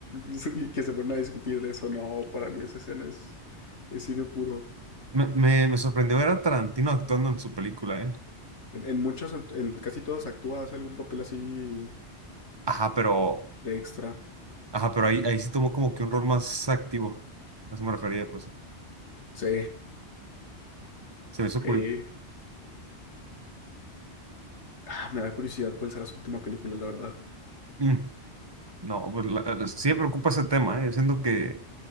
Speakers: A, on the left; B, on the right.
A: <laughs> y que se ponen a discutir de eso. No, para mí esa escena es, es cine puro.
B: Me, me, me sorprendió ver a Tarantino actuando en su película, ¿eh?
A: En, en muchos, act- en casi todas actúa, hace algún papel así
B: Ajá, pero,
A: de extra.
B: ajá, pero ahí, ahí sí tomó como que un rol más activo. A eso me refería, pues.
A: Sí,
B: Se me hizo
A: sí.
B: curioso.
A: Ah, me da curiosidad cuál será su última película, la verdad.
B: Mm, no, pues la- la- sí me preocupa ese tema, ¿eh? Siento que